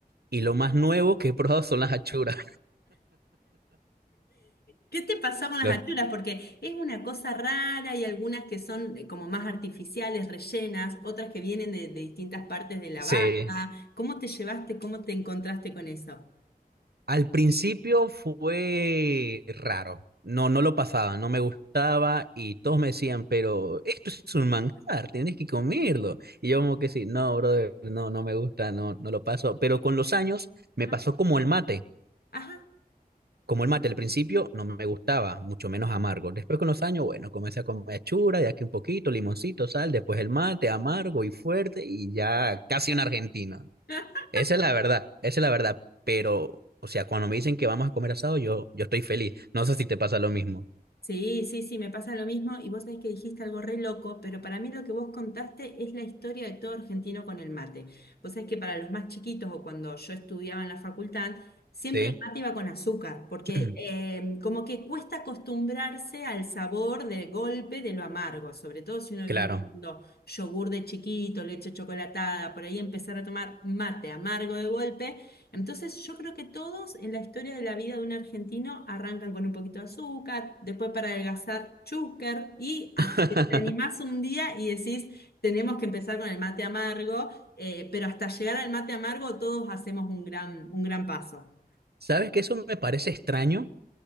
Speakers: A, on the right; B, on the left.
A: Y lo más nuevo que he probado son las achuras.
B: ¿Qué te pasó con las
A: <laughs> Los,
B: achuras? Porque es una cosa rara y algunas que son eh, como más artificiales, rellenas, otras que vienen de, de distintas partes de la
A: sí.
B: vaca. ¿Cómo te llevaste? ¿Cómo te encontraste con eso?
A: Al principio fue raro. No, no lo pasaba, no me gustaba y todos me decían, pero esto es un manjar, tienes que comerlo. Y yo como que sí, no, brother, no, no me gusta, no, no lo paso. Pero con los años me
B: Ajá,
A: pasó como el mate,
B: ajá.
A: como el mate. Al principio no me gustaba, mucho menos amargo. Después con los años, bueno, comencé a comer chura, de aquí un poquito, limoncito, sal, después el mate, amargo y fuerte y ya casi un argentino.
B: <laughs>
A: Esa es la verdad, esa es la verdad. Pero, o sea, cuando me dicen que vamos a comer asado, yo, yo estoy feliz. No sé si te pasa lo mismo.
B: Sí, sí, sí, me pasa lo mismo y vos sabés que dijiste algo re loco, pero para mí lo que vos contaste es la historia de todo argentino con el mate. Vos sabés que para los más chiquitos o cuando yo estudiaba en la facultad, siempre
A: Sí.
B: el mate iba con azúcar, porque
A: <clears throat>
B: eh, como que cuesta acostumbrarse al sabor de golpe de lo amargo, sobre todo si uno
A: Claro.
B: viene tomando yogur de chiquito, leche chocolatada, por ahí empezar a tomar mate amargo de golpe. Entonces yo creo que todos en la historia de la vida de un argentino arrancan con un poquito de azúcar, después para adelgazar chúcar y hasta
A: <laughs>
B: que te animás un día y decís, tenemos que empezar con el mate amargo, eh, pero hasta llegar al mate amargo todos hacemos un gran, un gran paso.
A: ¿Sabes que eso me parece extraño